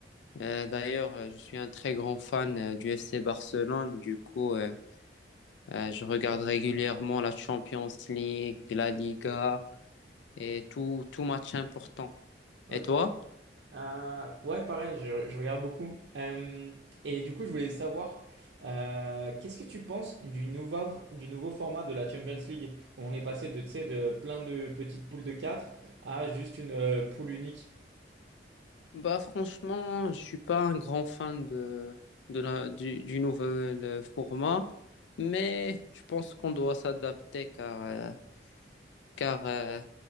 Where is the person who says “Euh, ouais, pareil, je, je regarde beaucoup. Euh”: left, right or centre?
Right